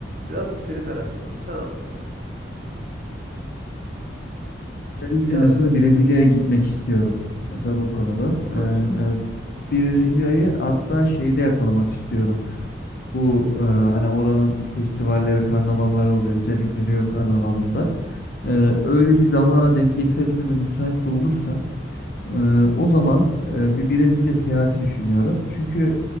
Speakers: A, on the right; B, on the left.
A: biraz da seni merak ediyorum. Sen anlat kanka.
B: Özellikle
A: Yani
B: mesela Brezilya'ya gitmek istiyorum. Mesela bu konuda.
A: çok
B: Ee,
A: güzel kanka.
B: e, Brezilya'yı hatta şeyde yakalamak istiyorum. Bu e, hani oranın festivalleri, karnavalları oluyor. Özellikle Rio Karnavalı'nda. Ee, öyle bir zamana denk getirebilir ve müsait de olursam ee, o zaman e, bir Brezilya seyahati düşünüyorum. Çünkü